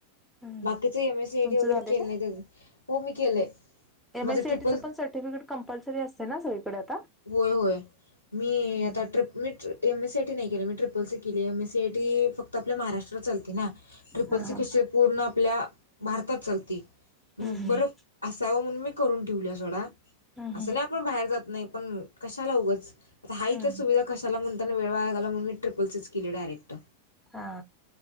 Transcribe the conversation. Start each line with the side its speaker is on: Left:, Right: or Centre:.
Centre: हम्म.
Left: बाकीच एम एस सी आयटी
Centre: तुमचं
Left: वगैरे
Centre: झालंय
Left: केलं नाही त्याज हो मी केलंय
Centre: एमएससीआयटीचं
Left: माझं ट्रिपल
Centre: पण सर्टिफिकेट कंपल्सरी असते ना सगळीकडे आता
Left: होय होय. मी
Centre: हम्म.
Left: आता ट्रिप मी एमएस सीआय टी नाही केली मी ट्रिपल सी केली आहे M S C I T फक्त आपल्या महाराष्ट्रात चालते ना ट्रिपल
Centre: हा हा
Left: सी कशी पूर्ण आपल्या भारतात चालते
Centre: हम्म
Left: बर असावं म्हणून मी करून ठेवल्या सोडा
Centre: हम्म
Left: असं नाही आपण बाहेर जात नाही पण कशाला उगंच आता हाय
Centre: हम्म
Left: तर सुविधा कशाला म्ह वेळ वाया घालवा म्हणून मी ट्रिपलसीच केली डायरेक्ट
Centre: हा